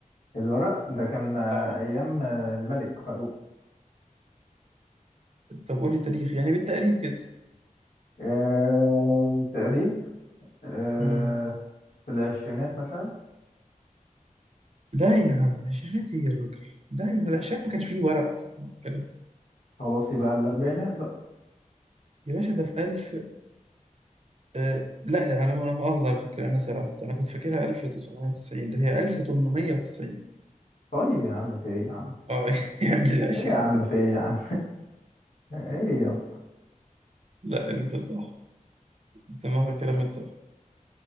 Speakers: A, on the left; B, on the right.
A: الورق ده كان
B: اه
A: أيام الملك فاروق
B: طب قول لي تاريخ يعني بالتقريب كده
A: آه، تقريب آه،
B: مم.
A: في العشرينات مثلا
B: لا يا عم شاشات ايه يا راجل لا ده الشاشات ما كانش فيه ورق اصلا ولا الكلام ده.
A: خلاص يبقى الأربعينات بقى
B: يا باشا ده في 1000 آه لا انا انا مؤاخذه على فكره انا سرحت انا كنت فاكرها 1990 ده هي 1890
A: طيب يا عم في إيه يا عم
B: اه <laughs> يا قبل ال 20
A: إيه يا عم في إيه يا عم <laughs> إيه يا اسطى
B: لا انت صح دماغك كلامك صح